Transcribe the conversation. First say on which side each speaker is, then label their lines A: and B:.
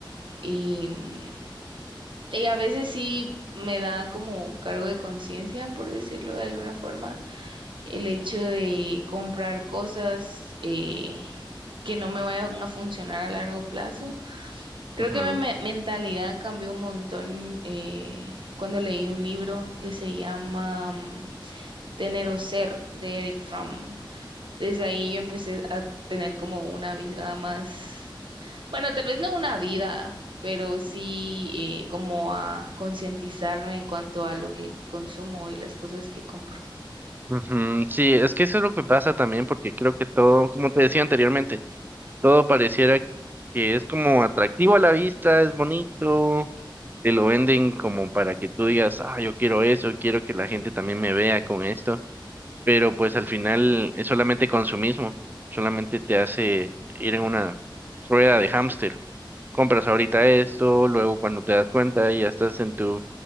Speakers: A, on the right; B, on the right.
A: y, mm, y a veces sí me da como cargo de conciencia, por decirlo de alguna forma, el hecho de comprar cosas eh, que no me vayan a funcionar a largo plazo. Creo
B: Ujú.
A: que mi me- mentalidad cambió un montón eh, cuando leí un libro que se llama mm, Tener o Ser de Eric Fromm desde ahí yo empecé a tener como una vida más, bueno, tal vez no una vida, pero sí eh, como a concientizarme en cuanto a lo que consumo y las cosas que compro.
B: Ujú. Sí, es que eso es lo que pasa también, porque creo que todo, como te decía anteriormente, todo pareciera que es como atractivo a la vista, es bonito te lo venden como para que tú digas, ah, yo quiero eso, quiero que la gente también me vea con esto, pero pues al final es solamente consumismo, solamente te hace ir en una rueda de hámster. Compras ahorita esto, luego cuando te das cuenta ya estás en tu